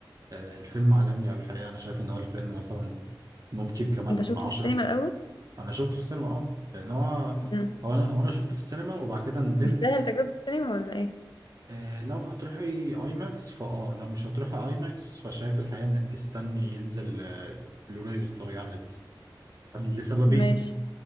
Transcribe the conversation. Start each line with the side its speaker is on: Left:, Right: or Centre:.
Right: آه الفيلم عجبني أوي الحقيقة أنا شايف إن هو الفيلم مثلا ممكن كمان
Left: انت شفته
Right: عشرة
Left: في السينما الاول
Right: أنا شفته في السينما أه لأن هو
Left: امم
Right: هو أنا هو أنا شفته في السينما وبعد كده ندمت
Left: يستاهل تجربة السينما ولا ايه
Right: آه لو هتروحي أي ماكس فأه لو مش هتروحي أي ماكس فشايف الحقيقة إنك تستني ينزل آه بلوراي وتتفرجي على النت لسببين
Left: ماشي